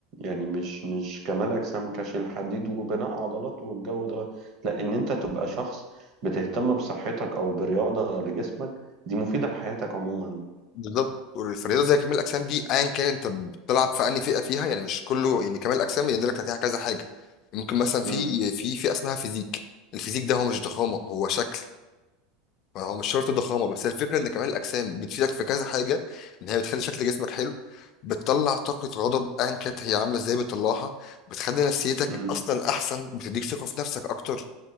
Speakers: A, on the right; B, on the left.
A: يعني مش مش كمال اجسام كشيل حديد وبناء عضلات والجو ده لا ان انت تبقى شخص بتهتم بصحتك او برياضة لجسمك دي مفيدة لحياتك عموما
B: بالظبط فالرياضه زي كمال الاجسام دي ايا كان انت بتلعب في انهي فئه فيها يعني مش كله يعني كمال الاجسام يندرج تحتها كذا حاجه ممكن مثلا
A: امم
B: في في فئه اسمها فيزيك الفيزيك ده هو مش ضخامه هو شكل ما هو مش شرط ضخامه بس هي الفكره ان كمال الاجسام بتفيدك في كذا حاجه ان هي بتخلي شكل جسمك حلو بتطلع طاقه غضب ايا كانت هي عامله ازاي بتطلعها بتخلي نفسيتك
A: امم
B: اصلا احسن بتديك ثقه في نفسك اكتر